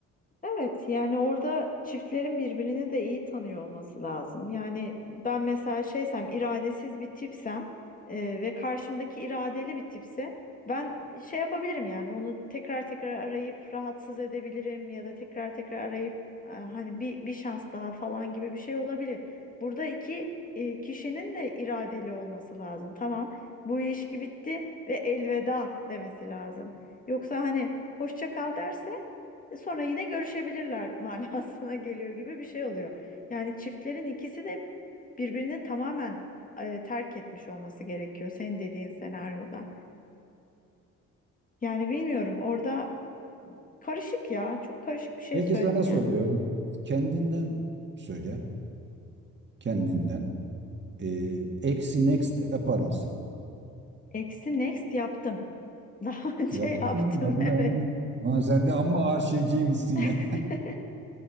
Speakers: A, on the left (about 25°); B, on the right (about 35°).
A: Evet yani orada çiftlerin birbirini de iyi tanıyor olması lazım. Yani ben mesela şeysem iradesiz bir tipsem e, ve karşımdaki iradeli bir tipse ben şey yapabilirim yani onu tekrar tekrar arayıp rahatsız edebilirim ya da tekrar tekrar arayıp e, hani bir, bir şans daha falan gibi bir şey olabilir. Burada iki e, kişinin de iradeli olması lazım. Tamam bu ilişki bitti ve elveda demesi lazım. Yoksa hani hoşça kal derse e, Sonra yine görüşebilirler manasına <laughs> geliyor gibi bir şey oluyor. Yani çiftlerin ikisi de birbirini tamamen e, terk etmiş olması gerekiyor senin dediğin senaryoda. Yani bilmiyorum orada karışık ya. Çok karışık bir şey
B: Peki
A: söyledin
B: sana soruyorum.
A: yani.
B: Kendinden söyle. Kendinden. Ee, eksi next yapar mısın?
A: Eksi next yaptım. <laughs> Daha önce
B: Yaptın
A: yaptım
B: mı? Yapma
A: evet.
B: ya. Ulan sen de amma arşivciymişsin
A: <laughs>
B: ya.